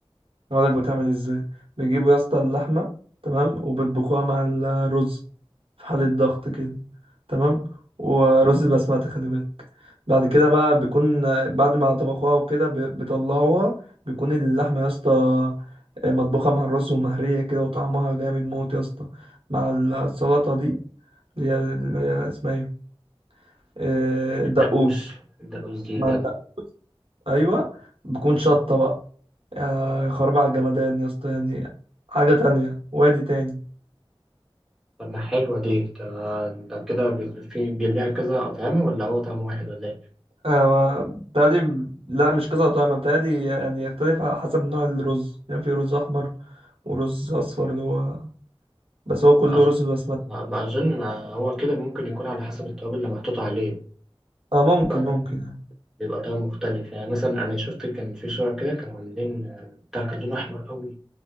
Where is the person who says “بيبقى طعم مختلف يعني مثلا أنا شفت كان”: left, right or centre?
Centre